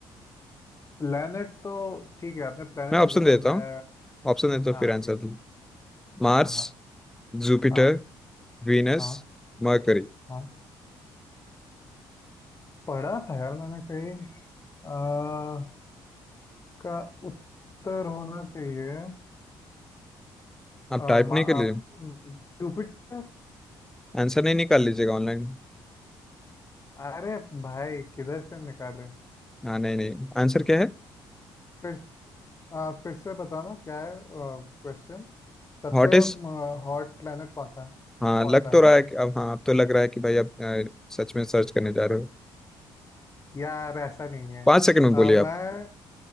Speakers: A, on the left; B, in the centre.
A: प्लेनेट तो ठीक है आपने प्लेनेट
B: मैं ऑप्शन
A: पूछा
B: देता
A: ना मैं
B: हूँ ऑप्शन देता हूँ
A: हाँ
B: फिर आंसर
A: ठीक
B: दूँ
A: है
B: Mars
A: हाँ हाँ
B: Jupiter
A: हाँ
B: Venus
A: हाँ
B: Mercury
A: हाँ पढ़ा था यार मैंने कहीं आ, इसका उत्तर होना चाहिए
B: आप
A: आ,
B: टाइप
A: मा,
B: नहीं कर लीजिए
A: आ, जुपिटर
B: आंसर नहीं निकाल लीजिएगा ऑनलाइन
A: अरे भाई किधर से निकाले
B: हाँ नहीं नहीं आंसर क्या है
A: फिर आ, फिर से बताना क्या है क्वेश्चन सबसे
B: हॉटेस्ट
A: हॉट प्लेनेट कौन सा
B: हाँ
A: कौन
B: लग
A: सा है
B: तो
A: ना
B: रहा है कि अब हाँ अब तो लग रहा है कि भाई आप अ, सच में सर्च करने जा रहे हो
A: यार ऐसा नहीं है
B: पाँच सेकंड में बोलिए
A: आ, मैं
B: आप